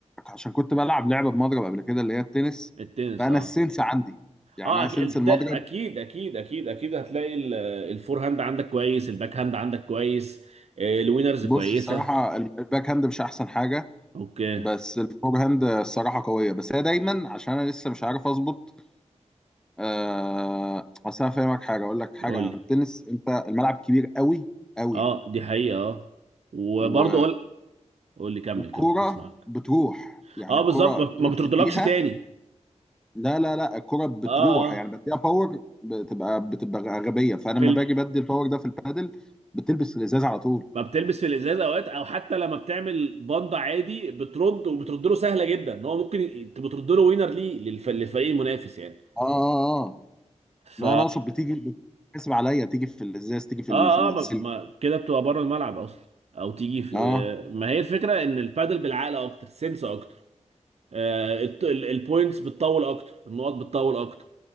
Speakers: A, in the centre; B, on the right.
A: عشان كنت بلعب لعبه بمضرب قبل كده اللي هي التنس
B: التنس
A: فانا
B: اه
A: السنس عندي يعني
B: اه
A: انا
B: أك-
A: سنس المضرب
B: ده اكيد اكيد اكيد اكيد هتلاقي ال- الفور هاند عندك كويس الباك هاند عندك كويس آه، الوينرز
A: بص
B: كويسه
A: الصراحه الباك هاند مش احسن حاجه
B: اوكي
A: بس الفور هاند الصراحه قويه بس هي دايما عشان انا لسه مش عارف اظبط آه اصل انا فاهمك حاجه اقول لك حاجه
B: قول
A: عن
B: لي
A: التنس انت الملعب كبير قوي قوي
B: اه دي حقيقه اه وبرضه
A: و...
B: قول قول لي كمل
A: والكوره
B: كمل هسمعك
A: بتروح يعني
B: اه
A: الكوره
B: بالظبط ما
A: الكوره
B: ما
A: بتديها
B: بتردلكش تاني
A: لا لا لا الكرة بتروح
B: اه اه
A: يعني بتلاقيها باور بتبقى بتبقى غبية فأنا
B: في
A: لما
B: ال...
A: باجي بدي الباور ده في البادل بتلبس الإزاز على طول
B: ما بتلبس في الازازه اوقات او حتى لما بتعمل باندا عادي بترد وبترد له سهله جدا ان هو ممكن ي- بترد له وينر ليه للف... للفريق المنافس يعني
A: اه اه اه
B: ف
A: لا أنا أقصد بتيجي بتحسب عليا تيجي في الإزاز تيجي في
B: اه
A: ال- في السلك
B: اه ما ما كده بتبقى بره الملعب اصلا او تيجي في
A: اه
B: ما هي الفكره ان البادل بالعقل اكتر سنس اكتر آه الت- ال- البوينتس بتطول اكتر النقط بتطول اكتر